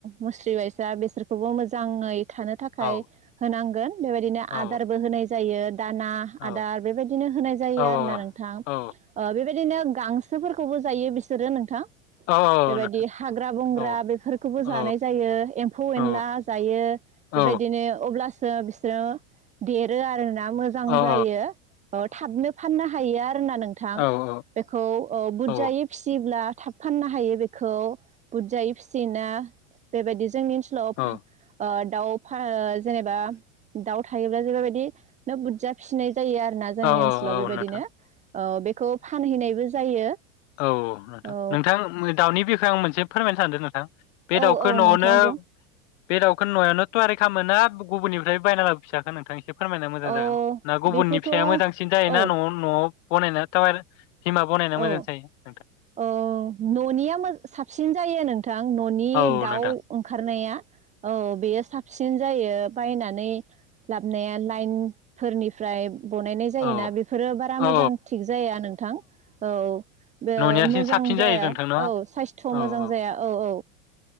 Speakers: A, on the right; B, on the left.
A: मुस्रि बायसा बेसोरखौबो मोजाङै थानो थाखाय
B: औ
A: होनांगोन बेबायदिनो
B: औ
A: आदारबो होनाय जा जायो‌ दाना
B: औ
A: आदार बेबायदिनो होनाय जायो
B: औ
A: आरोना नोंथां
B: औ
A: ओ बे बेदिनो गांसोफोरखौबो जायो बिसोरो नोंथां
B: औ औ
A: बेबायदि
B: नोंथां
A: हाग्रा बंग्रा
B: औ
A: बेफोरखौबो
B: औ
A: जानाय जायो एम्फौ
B: औ
A: एनला जायो
B: औ
A: बेबायदिनो अब्लासो सो बिसोरो देरो आरोना मोजां जायो
B: औ
A: औ थाबनो फाननो हायो आरोना नोंथां
B: औ ओ
A: बेखौ औ बुरजायै
B: ओ
A: फिसियोब्ला थाब फाननो हायो बे खौ बुरजायै फिसिन ना बेबायदि जोंनि ओनसोलाव
B: ओ
A: हा ओ दाउ फा जेनेबा दाउ थायोब्ला जे बेबायदि नो बुरजा फिसिनाय जायो आरोना जोंनि
B: औ
A: ओनसोलाव
B: औ
A: बेबायदिनो
B: नोंथां
A: औ बेखौ फानहैनायबो जायो
B: औ नोंथां
A: औ
B: नोंथां दाउनि बे आं मोनसेमायनो सानदों नोंथां बे
A: औ
B: दाउखो
A: औ
B: न'आवनो
A: नोंथां बुं
B: बे दाउखो नयावनो तयारि खामोना गुबुननिफ्राय बायना लाबो फिसाखो नोंथां इसे फोरमायना मोजां
A: औ
B: जागोन ना गुबुननि
A: बेखौथ'
B: फिसाया
A: औ
B: मोजांसिन जायोना
A: औ
B: न' न'आव बनायना तावेल बिमा बनायना
A: औ
B: मोजांसिन <unintelligible>
A: औ न'निया मोज साबसिन जायो नोंथां न'नि
B: औ
A: दाउ
B: नोंथां
A: ओंखारनाया औ बेयो साबसि सिन जायो बायनानै लाबनाया लाइनफोरनिफ्राय बनायनाय जायोना
B: औ
A: बेफोरो बारा
B: औ
A: मोजां थिग जाया नोंथां औ ओ
B: न'नियासिन
A: मोजां
B: साबसिन
A: जाया
B: जायो नोंथां न'
A: औ साइस्थ'
B: औ
A: मोजां जाया औ औ